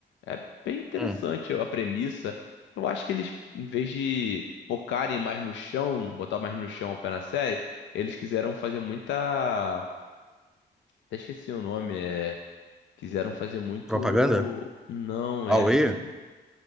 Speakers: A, on the left (about 80°); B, in the centre.
A: É bem interessante
B: hum.
A: a premissa. Eu acho que eles, em vez de focarem mais no chão, botar mais no chão o pé na série, eles quiseram fazer muita, até esqueci o nome, é, quiseram fazer muito,
B: Propaganda?
A: não,
B: Auê?
A: é